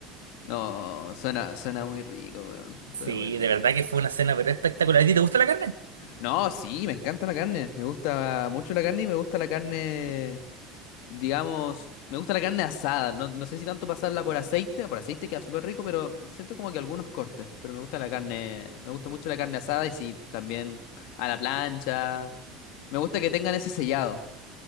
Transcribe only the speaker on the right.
Sí,
de verdad que fue una cena pero espectacular. ¿A ti te gusta la carne?